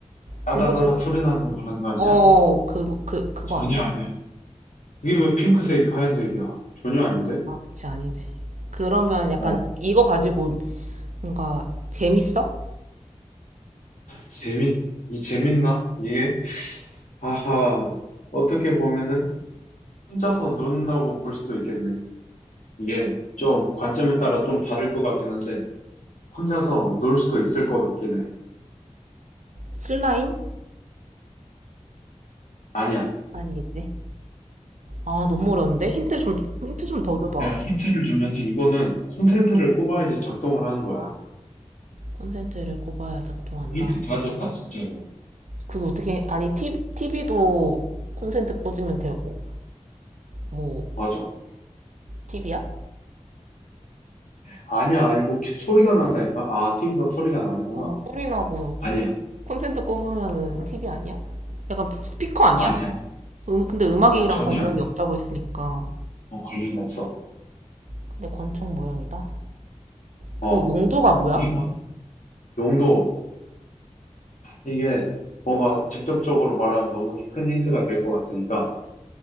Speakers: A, on the left; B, on the right.
A: 따다다닥
B: 고무줄 음.
A: 소리 나는 거 말하는 거 아니야?
B: 어, 그, 그, 그거
A: 전혀
B: 아니야.
A: 아니야. 그게 왜 핑크색, 하얀색이야? 전혀 아닌데?
B: 아, 그치, 아니지. 그러면 약간
A: 어.
B: 이거 가지고 뭔가 재밌어?
A: 재밌, 이 재밌나? 이게? 아하, 어떻게 보면은 혼자서 논다고 볼 수도 있겠네. 이게 좀 관점에 따라 좀 다를 것 같긴 한데, 혼자서 놀 수도 있을 것 같긴 해.
B: 슬라임?
A: 아니야.
B: 아니겠지. 아, 너무 어려운데? 힌트 좀, 힌트 좀 더 줘봐.
A: 내가 힌트를 주면은 이거는 콘센트를 꼽아야지 작동을 하는 거야.
B: 콘센트를 꼽아야 작동한다.
A: 힌트 다 줬다, 진짜로.
B: 그게 어떻게, 아니, 티, TV도 콘센트 꽂으면 되고, 뭐,
A: 맞아.
B: TV야?
A: 아니야, 이거 큐- 소리가 난다니까? 아, 티비가 소리가 나는구나.
B: 어, 소리 나고
A: 아니야,
B: 콘센트 꼽으면은 TV 아니야? 약간 스피커 아니야?
A: 아니야.
B: 음, 근데 음악이랑
A: 아, 전혀
B: 관련이
A: 아니야.
B: 없다고 했으니까.
A: 어, 관련 없어.
B: 근데 권총 모양이다. 그
A: 어,
B: 용도가 뭐야?
A: 이거 용도. 이게 뭔가 직접적으로 말하면 너무 큰 힌트가 될 것 같으니까,